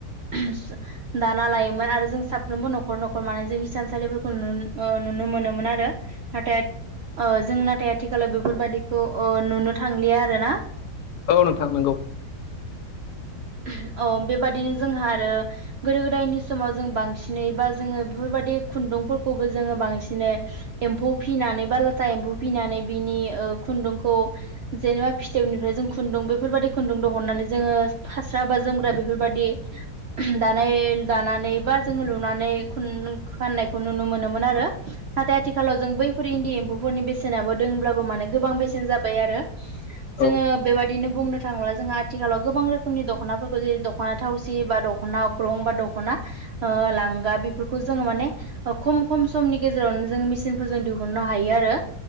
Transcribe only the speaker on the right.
<unintelligible> दाना लोयोमोन आरो जों साफ्रोमबो नखर नखर माने जों हिसान सालिफोरखौ नुन ओ नुनो मोनोमोन आरो नाथाय ओ जों नाथाय आथिखालाव बेफोरबादि बेखौ ओ‌ नुनो थांलिया आरो ना
<unintelligible> औ बेबादिनो जोंहा आरो गोदो गोदायनि समाव जों बांसिनै बा जोङो बेफोरबादि खुन दुं फोरखौबो जोङो बांसिनै एम्फौ फिनानै बा लाथा फिनानै बिनि ओ खुन्दुं खुुंखौ जेनेबा फिथोबनिफ्राय जों खुन्दुं बेफोरबादि खुन्दुं दहननानै जोङो फास्रा बा जोमग्रा बेफोरबादि <unintelligible> दानाय दानानै बा जोङो लुनानै खुन गाननायखौ नुनो मोनोमोन आरो नाथाय आथिखालाव जों बैफोर इन्दि एम्फौफोरनि बेसेनाबो दोंब्लाबो माने गोबां बेसेन जाबाय आरो जोङो
बेबादिनो बुंनो थाङोब्ला जोंहा आथिखालाव गोबां रोखोम खोमनि दखनाफोरखौ जेरै दखना थावसि बा दखना अग्रं बा दखना ओ लांगा बेफोरखौ जो जों माने खम खम समनि गेजेरावनो जोङो मेचिनफोरजों दिहुननो हायो आरो